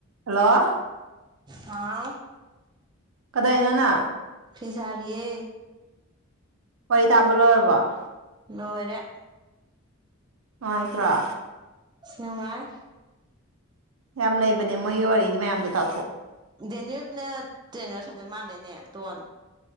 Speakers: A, on the right; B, on the right.
A: hello
B: ꯍꯥꯥ
A: ꯀꯗꯥꯏꯅꯅ
B: ꯐꯤꯁꯔꯤꯌꯦ
A: ꯋꯥꯔꯤ ꯇꯥꯕ ꯂꯣꯏꯔꯕꯣ
B: ꯂꯣꯏꯔꯦ
A: ꯅꯨꯡꯉꯥꯏ ꯇꯔꯥ
B: ꯁꯅꯨꯡꯉꯥꯏ
A: ꯌꯥꯝ ꯂꯩꯕꯅꯦ ꯃꯣꯏꯒꯤ ꯋꯥꯔꯤꯗꯤ ꯃꯌꯥꯝꯗꯣ ꯇ
B: ꯗꯦꯅꯤꯋꯞꯅꯦ ꯇꯦꯅꯔ ꯁꯠꯇꯣꯏ ꯃꯥꯥꯟꯂꯦꯅꯦ ꯇꯣꯟ